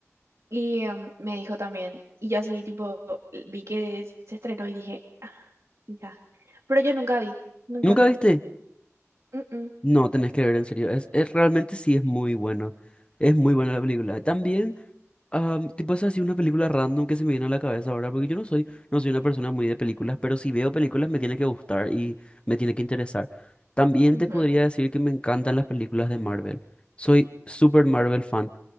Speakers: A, on the right; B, on the left.
A: Y em, me dijo también, y yo así tipo vi que se estrenó y dije, "Ah, ya, pero yo nunca vi, nunca.
B: ¿Nunca viste?
A: Mm, mm,
B: No, tenés que ver en serio. Es, es- realmente sí es muy buena. Es muy buena la película. También, ah, tipo es así una película random que se me viene a la cabeza ahora, porque yo no soy, no soy una persona muy de películas, pero si veo películas me tiene que gustar y me tiene que interesar. También
A: ujú.
B: te podría decir que me encantan las películas de Marvel. Soy super Marvel fan.